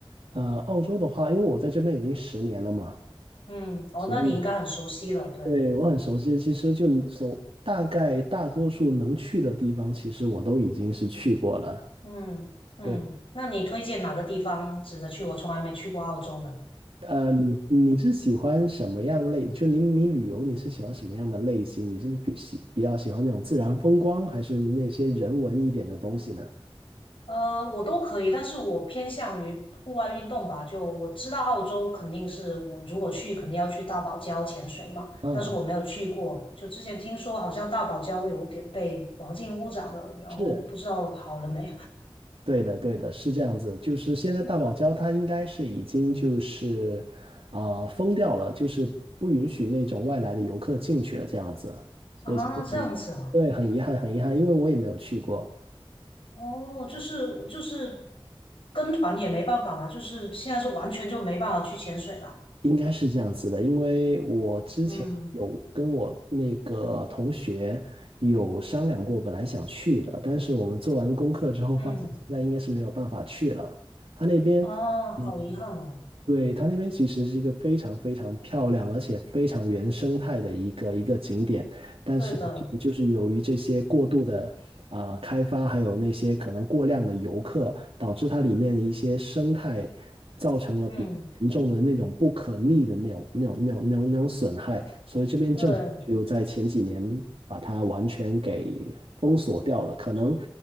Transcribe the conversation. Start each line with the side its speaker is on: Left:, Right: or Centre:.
Right: 呃，澳洲的话，因为我在这边已经十年了嘛，
Left: 嗯，哦，
Right: 所以
Left: 那你应该很熟悉了，对，
Right: 对我很熟悉。其实就所大概大多数能去的地方，其实我都已经是去过了。
Left: 嗯嗯，
Right: 对，
Left: 那你推荐哪个地方值得去？我从来没去过澳洲呢。
Right: 呃，你你是喜欢什么样类？就你你旅游你是喜欢什么样的类型？你是比喜比较喜欢那种自然风光，还是那些人文一点的东西呢？
Left: 呃，我都可以，但是我偏向于户外运动吧。就我知道澳洲肯定是我如果去肯定要去大堡礁潜水嘛，
Right: 嗯，
Left: 但是我没有去过。就之前听说好像大堡礁有点被环境污染了，然后不知道好了没
Right: 是对的，对的，是这样子。就是现在大堡礁它应该是已经就是啊、呃封掉了，就是不允许那种外来的游客进去了这样子。
Left: <laughs>
Right: 所以现在很对，
Left: 啊？这样子啊？
Right: 很遗憾，很遗憾，因为我也没有去过，
Left: 哦，就是就是跟团也没办法嘛，就是现在是完全就没办法去潜水了。
Right: 应该是这样子的。因为我之前有跟我那个同学有商量过，
Left: 嗯
Right: 本来想去的，但是我们做完功课之后发现现在应该是没有办法去了。
Left: 嗯，
Right: 他那边。
Left: 啊，
Right: 呃
Left: 好遗憾哦。
Right: 对，它那边其实是一个非常非常漂亮，而且非常原生态的一个一个景点。但是好像就是由于这些过度的啊、
Left: 对的，
Right: 呃开发，还有那些可能过量的游客，导致它里面的一些生态造成了比较严重的那种不可逆的那种、
Left: 嗯，
Right: 那种、那种、那种、那种损害，所以这边政府就在前几年把它完全给封锁掉了。
Left: 对。
Right: 可能，